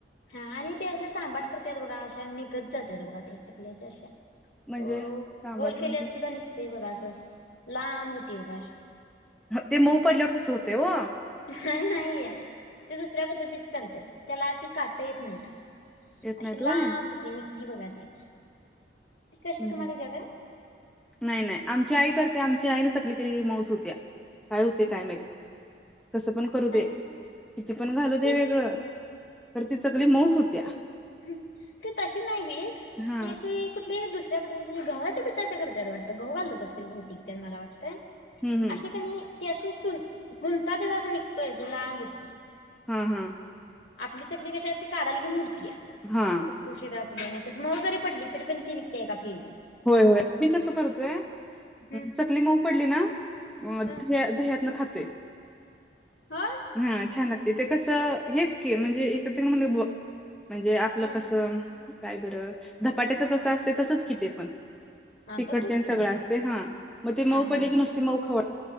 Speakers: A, on the left; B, in the centre.
A: हा आणि ते अशे सांबाट करतात बघा अशा निघत जातात बघा ते चकल्याच्या अशा.
B: म्हणजे
A: हो
B: सांबाट
A: गोल
B: म्हणजे
A: केल्याला सुद्धा निघतय बघा असं लांब होती बघा अ.
B: ते मऊ पडल्यावर तच होते व.
A: नाही नाहीय ते दुसऱ्या पद्धतीच करतात त्याला अशी काटता येत नाहीत.
B: येत
A: अशी
B: नाहीत व्हय
A: लांब होती निघती बघा ती. ती कशी
B: हम्
A: तुम्हाला द्या काय
B: नाही नाही आमची आई करते. आमच्या आईन चकले क मऊज होत्या काय होते काय माहिित. कसं पण करू
A: नाही
B: दे किती पण घालू दे
A: ती
B: वेगळं तर ती चकली मऊस होत्या.
A: ह ते तशी नाही वेत
B: हा
A: ते अशी कुठली दुसरी. त्याद्ल घ ग्हाच्या पठाच्या करत वाटत घ गव घाल असतील भौतिक मला वाटतं.
B: हम्म हम्म
A: अशी कणी ती अशी सु गुंताातला असं निघतोय अशी लांब होती.
B: हम हम्.
A: आपली चकली कशीा असची कादालगी मूर्ती आहे
B: हा
A: खुसखुशीला असत. नाही मऊ जरी पड तरी पण ती निघते का फि.
B: होय होय मी कस करतोय
A: हम्म.
B: चकली मऊ पडली ना. अ द
A: हम्म
B: दह्यातन खातोय
A: हा
B: हा छान लागते ते कसं. हेच क म्हणजे इकडे तिकडे म्ह. म्हणजे आपलं
A: हा
B: कसं काय बरं झधपाट्याचं कसं असते तसंच किथे पण.
A: हा
B: तिकडच्या
A: तसच कि
B: सगळं
A: ते पण
B: असते हा मग ते मऊ
A: हा
B: पडले
A: हा
B: की नुसती मऊ खवडते.